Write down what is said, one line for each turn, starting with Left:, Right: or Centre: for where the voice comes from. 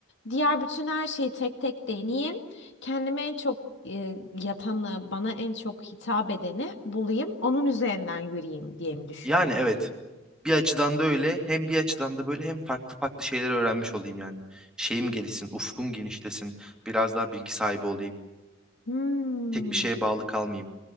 Left: diğer bütün her şeyi tek tek deneyeyim. Kendime en çok e, yatanı, bana en çok hitap edeni bulayım. Onun üzerinden yürüyeyim diye mi düşünüyorum?
Centre: Yani evet bir açıdan da öyle hem bir açıdan da böyle hem farklı farklı şeyler öğrenmiş olayım yani. Şeyim gelişsin, ufkum genişlesin, biraz daha bilgi sahibi olayım.
Left: Hmm.
Centre: Tek bir şeye bağlı kalmayayım.